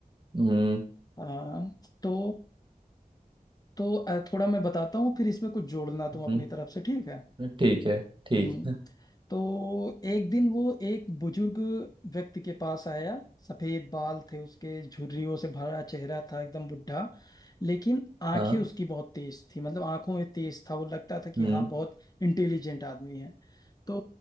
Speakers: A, on the right (about 30°); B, on the left (about 25°).
A: हम्म
B: हाँ तो तो अ, थोड़ा मैं बताता हूँ फिर इसमें कुछ जोड़ना तुम अपनी
A: हम्म।
B: तरफ से ठीक है
A: ठीक है ठीक
B: हम्म
A: है
B: तो एक दिन वो एक बुजुर्ग व्यक्ति के पास आया सफेद बाल थे उसके झुर्रियों से भरा चेहरा था एकदम बुढ़ा लेकिन आंखें
A: हाँ
B: उसकी बहुत तेज थी मतलब आंखों में तेज था वो लगता था कि
A: हम्म
B: हाँ बहुत इंटेलिजेंट आदमी है तो